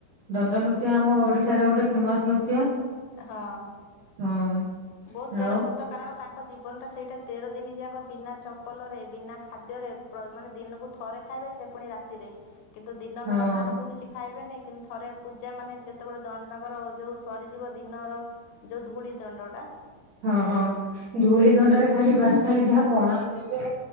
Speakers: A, on the right (about 65°); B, on the left (about 75°).
A: ଦଣ୍ଡ ନୃତ୍ୟ
B: ହଁ।
A: ଆମ ଓଡିଶାର ଗୋଟେ ଫେମସ ନୃତ୍ୟ।
B: ହଁ
A: ହଁ।
B: ବହୁତ ତେର
A: ଆଉ
B: ଭକ୍ତ କାରଣ ତାଙ୍କ ଜୀବନ ଟା ସେଇଟା ତେର ଦିନ ଯାକ ବିନା ଚପଲ ରେ ବିନା ଖାଦ୍ୟରେ ପ୍ର ମାନେ ଦିନକୁ ଥ ଥରେ ଖାଇବେ ସେ ପୁଣି ରାତିରେ କିନ୍ତୁ ଦିନ
A: ହଁ
B: ବେଳା କାହାଠୁ କିଛି ଖାଇବେନି। କିନ୍ତୁ ଥରେ ପୂଜା ମାନେ ଯେତବେଳେ ଦ ତାଙ୍କର ଯୋଉ ସରିଯିବ ଦିନର ଯୋଉ ଧୂଳି ଦଣ୍ଡ ଟା।
A: ହଁ ଧୂଳି ଦଣ୍ଡରେ ଖାଲି ବାସ୍ ଖାଲି ଯାହା ପଣା ପିଇବେ